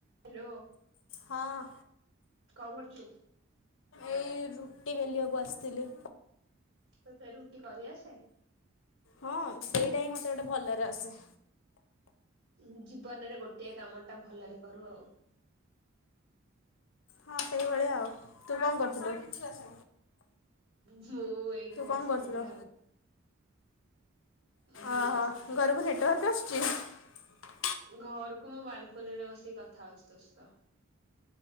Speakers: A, on the right; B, on the left.
A: Hello.
B: ହଁ
A: କଁ କର୍ ଚୁ?
B: ଏଇ ରୁଟି ବେଲିବାକୁ ଆସିଥିଲି।
A: ତତେ ରୁଟି କରି ଆସେ?
B: ହଁ ସେଇଟା ହିଁ ମତେ ଗୋଟେ ଭଲରେ ଆସେ।
A: ଉଁ ଯି ନରେ ଗୋଟଏ କାମଟା ଭଲରେ କରୁ ଆଉ।
B: ହଁ ସେଇଭଳିଆ ଆଉ ତୁ କଣ କରୁଥୁଲୁ?
A: ମୁଁ ଏଇଠି ବସିଥିଲି
B: କଣ କରୁଥିଲୁ?
A: ଆଉ। ମୁଁ
B: ଓ
A: ବସିଥିଲି
B: ହୋ ଘରକୁ ନେଟ୍ ୱାର୍କ୍ ଆ କି
A: ଘରୁକୁ ମୁଁ ବାଲକୁନି ରେ ବସି କଥା ହୋଉଚି ତୋ ସହିତ।